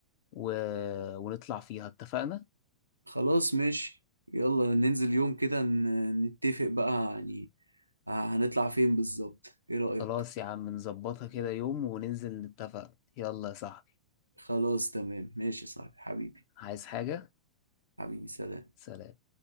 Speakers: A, on the left (about 40°); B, on the right (about 85°).
A: و... ونطلع فيها اتفقنا
B: خلاص ماشي يلا ننزل يوم كده ن- نتفق بقى يعني هنطلع فين بالظبط ايه رأيك
A: خلاص يا عم نظبطها كده يوم وننزل نتفق يلا يا صاحبي
B: خلاص تمام ماشي يا صاحبي حبيبي
A: عايز حاجة
B: حبيبي سلام
A: سلام